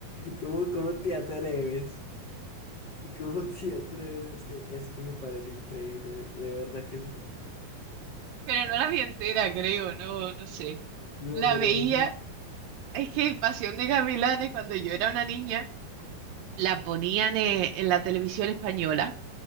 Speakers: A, on the left (about 40°); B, on the right (about 80°).
A: ¿Cómo, cómo te atreves? ¿Cómo te atreves? Es que, es que me parece increíble, de verdad que sí.
B: Pero no la vi entera, creo, no, no sé.
A: No,
B: La
A: pero...
B: veía, es que Pasión de Gavilanes, cuando yo era una niña, la ponían eh, en la televisión española.